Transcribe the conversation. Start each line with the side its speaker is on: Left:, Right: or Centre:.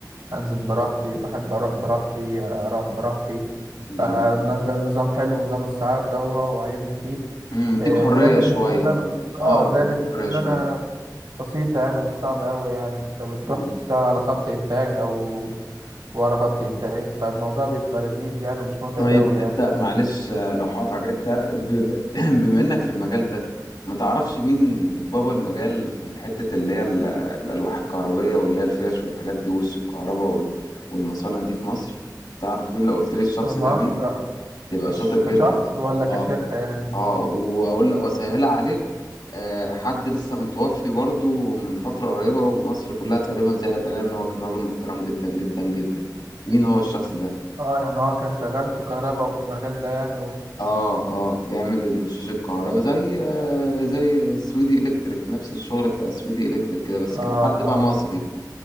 Right: أنزل براحتي بحب أروح براحتي أروح براحتي
Left: جميل
Right: فده كان نظام حلو نظام الساعات ده وعاجبني فيه
Left: امم مديك
Right: آه،
Left: حرية
Right: زائد إن
Left: شوية
Right: الشغلانة
Left: مم.
Right: اه
Left: اه مديك
Right: زائد إن الشغلانة
Left: حرية شوية
Right: بسيطة يعني مش صعبة أوي يعني أنت بتروح
Left: امم
Right: تشتغل على خط إنتاج أو ورا خط إنتاج فالموضوع بيبقى لذيذ يعني مش متعب
Left: طيب
Right: أوي يعني
Left: انت معلش آه، لو هقطعك انت ب- ب- <clears throat> بما انك في المجال ده ما تعرفش مين بابا المجال في الحتة اللي هي ال- الألواح الكهربية واللي هي الفيش والحاجات دي وش الكهرباء وال- والمصانع دي في مصر تعرف مين لو قلت لي الشخص
Right: في مصر
Left: ده مين تبقى
Right: مش
Left: شاطر جدا
Right: كشخص ولا كشركة
Left: اه
Right: يعني
Left: اه واقول لك واسهلها عليك آه حد لسه متوفي برضو من فترة قريبة ومصر كلها تقريبا زعلت عليه ان هو كان راجل محترم جدا جدا جدا مين هو الشخص ده
Right: اه يعني هو كان شغال في كهرباء وفي المجال ده يعني
Left: اه اه بيعمل الوشوش الكهرباء زي آه زي السويدي الكتريك نفس الشغل بتاع السويدي الكتريك كده بس كان
Right: اه
Left: حد بقى
Right: اه
Left: مصري